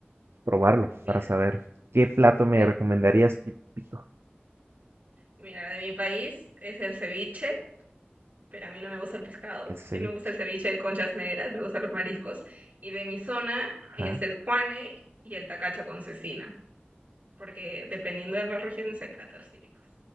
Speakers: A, on the right; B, on the right.
A: probarlo
B: Mira,
A: para saber qué plato me
B: de,
A: recomendarías típico.
B: mira, de mi país es el ceviche, pero a mí no me gusta el pescado.
A: El ceviche.
B: Sí me gusta el ceviche de conchas negras, me gustan los mariscos. Y de mi zona
A: Ajá.
B: es el juane y el tacacho con cecina. porque dependiendo de la región hay platos típicos.